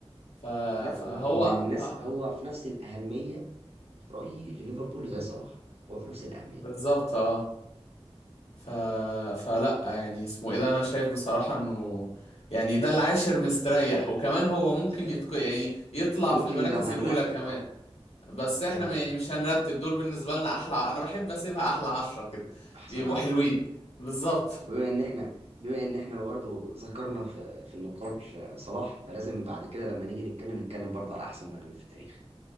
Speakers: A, on the left (about 75°); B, on the right (about 70°).
A: ف
B: لا
A: فهو
B: هو هو من الناس
A: آه،
B: هو في نفس الأهمية في رأيي لليفربول زي صلاح هو في نفس الأهمية
A: بالظبط اه ف فلا يعني اسمه ايه ده انا شايف بصراحه انه يعني ده العاشر مستريح وكمان هو ممكن
B: مستريح
A: يتق... يعني يطلع
B: ممكن
A: في المراكز
B: لو هنرتب
A: الاولى كمان
B: اه
A: بس
B: ده
A: احنا
B: لو هنرتب
A: ما- يعني مش هنرتب دول بالنسبه لنا احلى ع- انا بحب اسيبها احلى عشرة كده
B: احسن
A: بيبقوا
B: عشرة
A: حلوين بالظبط
B: بما ان احنا بما ان احنا برضه ذكرنا في في النقاش آه، صلاح فلازم بعد كده لما نيجي نتكلم نتكلم برضه على احسن مهاجمين في التاريخ